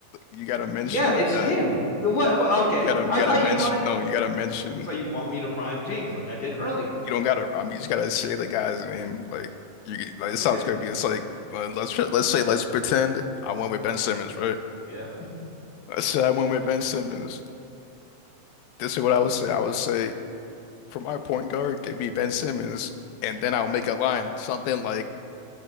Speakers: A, on the left; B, on the left.
A: You gotta mention
B: Yeah, it's
A: the guy.
B: him. The What, what? Okay,
A: You gotta
B: I
A: you gotta
B: thought
A: mention
B: you wanted.
A: no, you gotta mention
B: So you
A: the
B: want me to rhyme James like I did earlier?
A: you don't gotta I mean you just gotta say the guy's name. Like you like it
B: Okay.
A: sounds good, but it's like uh, let's try- let's say let's pretend I went with Ben Simmons, right?
B: Yeah.
A: Let's say I went with Ben Simmons. This is what I would say. I would say for my point guard, give me Ben Simmons, and then I'll make a line, something like